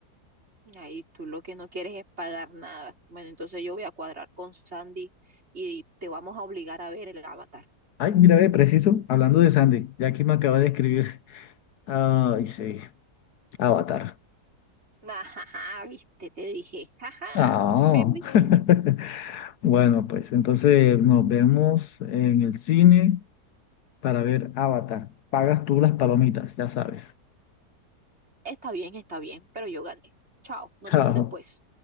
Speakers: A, on the right; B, on the left.
A: Ahí tú lo que no quieres es pagar nada. Bueno, entonces yo voy a cuadrar con Sandy y te vamos a obligar a ver el Avatar.
B: Ay, mira, ve, preciso, hablando de Sandy, ya que me acaba de escribir. <laughs> Ay, sí, Avatar.
A: <laughs> Ajá, viste, te dije. Ajá,
B: Ah.
A: perdí.
B: <laughs>
A: <laughs>
B: Bueno, pues entonces nos vemos en el cine. para ver Avatar. Pagas tú las palomitas, ya sabes.
A: Está bien, está bien, pero yo gané. Chao, nos
B: <laughs> Chao.
A: vemos después.